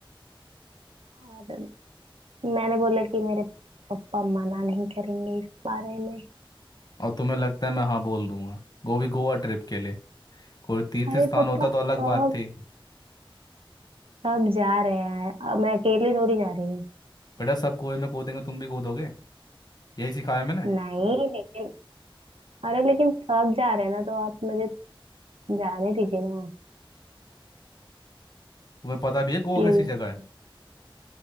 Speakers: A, on the right; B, on the left.
A: और मैंने बोला कि मेरे पापा मना नहीं करेंगे इस बारे में
B: और तुम्हें लगता है मैं हाँ बोल दूंगा वो भी गोवा ट्रिप के लिए कोई तीर्थ
A: अरे
B: स्थान
A: पापा
B: होता तो
A: सब
B: अलग बात थी
A: सब जा रहे हैं अब मैं अकेली थोड़ी जा रही हूँ
B: बेटा सब कुएं में कूदेंगे तुम भी कूदोगे यही सिखाया मैंने
A: नहीं लेकिन अरे लेकिन सब जा रहे हैं ना तो आप मुझे जाने दीजिए ना
B: तुम्हें पता भी है गोवा
A: प्लीज
B: कैसी जगह है